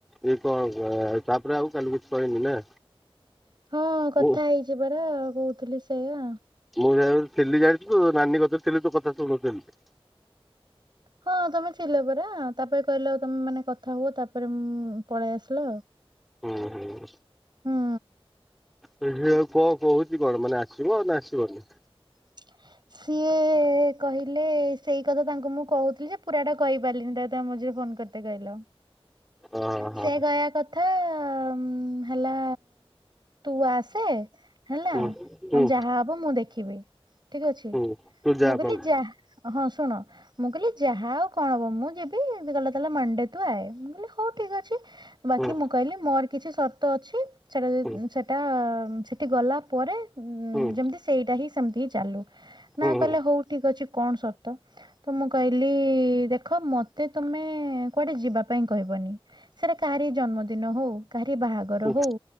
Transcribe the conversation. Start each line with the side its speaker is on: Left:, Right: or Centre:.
Centre: ଇଏ କଣ ତାପରେ ଆଉ କାଲି କିଛି କହନି ନା।
Right: ହଁ କଥା
Centre: ମୁଁ
Right: ହେଇଚି ପରା କହୁଥିଲି ସେଇଆ।
Centre: ମୁଁ ଇଆଡେ ଥିଲି ଜାଣିଥିଲୁ ନାନୀ କତିରେ ଥିଲେ କଥା ଶୁଣୁଥିଲି।
Right: ହଁ ତମେ ଥିଲ ପରା ତାପରେ କହିଲ ଆଉ ତମେ ମାନେ କଥା ହୁଅ ତାପରେ ମୁଁ ପଳେଇ ଆସିଲ।
Centre: ହୁଁ ହୁଁ।
Right: ହୁଁ।
Centre: ସେ ଝିଅ ଆଉ କଣ କହୁଛି କଣ ମାନେ ଆସିବ ନା ଆସିବନି।
Right: <unintelligible> ସିଏ କହିଲେ ସେଇ କଥା ତାଙ୍କୁ ମୁଁ କହୁଥିଲି ଯେ ପୁରାଟା କହିପାରିଲିନି ତାକୁ ତାଙ୍କ ମଝିରେ ଫୋନ୍ କର ମୋତେ କହିଲ
Centre: ଅ ହଁ
Right: ସେ କହିବା କଥା କଥା ହେଲା ତୁ ଆସେ ହେଲା
Centre: ହୁଁ ହୁଁ
Right: ଯାହା ହବ ମୁଁ ଦେଖିବି। ଠିକ ଅଛି।
Centre: ହୁଁ ତୁ ଯା
Right: ମୁଁ କହିଲି
Centre: ମାମୁଁ
Right: ଯାହା ହଁ ଶୁଣ ମୁଁ କହିଲି ଯାହା ହଉ କଣ ହବ ମୁଁ ଯିବି। କହିଲା ତାହେଲେ ମଣ୍ଡେ ତୁ ଆଏ। ମୁଁ କହିଲି ହଉ ଠିକ୍ ଅଛି। ବାକି
Centre: ହୁଁ
Right: ମୁଁ କହିଲି ମୋର କିଛି ସର୍ତ ଅଛି ସେଟା ଯ
Centre: ହୁଁ
Right: ସେଟା ସେଠି ଗଲା ପରେ
Centre: ହୁଁ
Right: ଯେମିତି ସେଇଟା ହିଁ ସେମିତି ଚାଲୁ। ନା
Centre: ହୁଁ ହୁଁ
Right: କହିଲେ ହଉ ଠିକ୍ ଅଛି କଣ ସର୍ତ? ତ ମୁଁ କହିଲି ଦେଖ ମ ମୋତେ ତମେ କୁଆଡେ ଯିବା ପାଇଁ କହିବନି। ସେଟା କାହାରି ଜନ୍ମଦିନ ହଉ କାହାରି ବାହା ଘର
Centre: ହୁଁ
Right: ହଉ